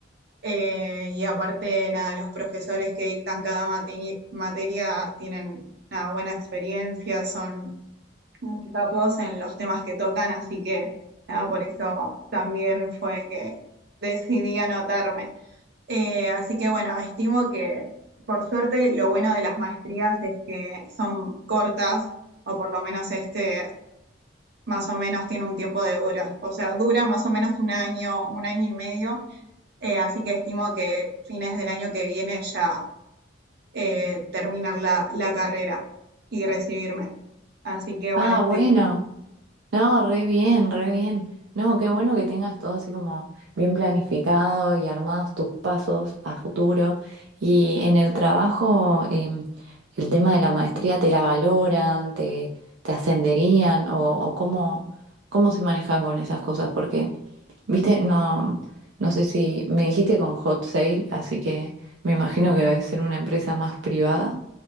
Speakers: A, on the right; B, on the right.
A: eh, y aparte, nada, los profesores que dictan cada mate- materia tienen una buena experiencia, son muy capos en los temas que tocan, así que nada, por eso también fue que decidí anotarme. Eh, así que bueno, estimo que por suerte lo bueno de las maestrías es que son cortas, o por lo menos este más o menos tiene un tiempo de dura, o sea, dura más o menos un año, un año y medio eh, así que estimo que fines del año que viene ya eh, terminar la, la carrera y recibirme. Así que bueno,
B: Ah,
A: estoy
B: bueno.
A: como-
B: No, re bien, re bien. No, qué bueno que tengas todo así como bien planificado y armados tus pasos a futuro. Y en el trabajo, em, el tema de la maestría, ¿te la valoran? ¿Te, te ascenderían? ¿O, o cómo, cómo se manejan con esas cosas? Porque, viste, no, no sé si me dijiste con Hot Sale, así que me imagino que debe ser una empresa más privada.